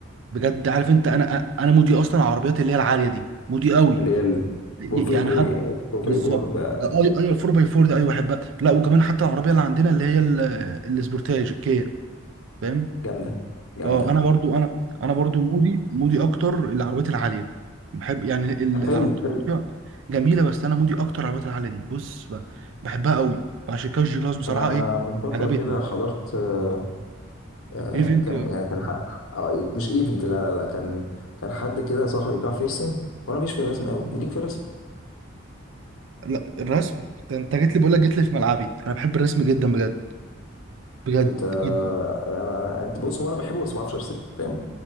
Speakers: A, on the right; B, on the left.
A: بجد عارف انت انا انا مودي اصلا العربيات اللي هي العاليه دي مودي قوي
B: اللي هي البور
A: ي-
B: فايبور
A: يعني حد
B: يعني البور
A: بالظبط
B: فايبور بقى
A: آه، اي اي الفور باي فور ده ايوه بحبها لا وكمان حتى العربيه اللي عندنا اللي هي ال- السبورتاج الكيا فاهم
B: جامده جامده
A: اه انا برضو انا انا برضو مودي مودي اكتر العربيات العاليه بحب يعني ال- العربيات
B: حلو حلو
A: جميله بس انا مودي اكتر العربيات العاليه دي بص ب- بحبها قوي فعشان كده الجي كلاس بصراحه
B: انا
A: ايه
B: من فتره
A: عجبتني
B: كده حضرت آه، آه،
A: ايفنت
B: كام يعني كان ح- آه، مش ايفنت لا لا لا كان كان حد كده صاحبي بيعرف يرسم وانا مش في الرسم قوي ليك في الرسم
A: لا الرسم انت انت جيت لي بقول لك جيت لي في ملعبي انا بحب الرسم جدا بجد بجد
B: انت آه،
A: جدا
B: انا انت بص هو انا بحبه بس ما بعرفش ارسم فاهم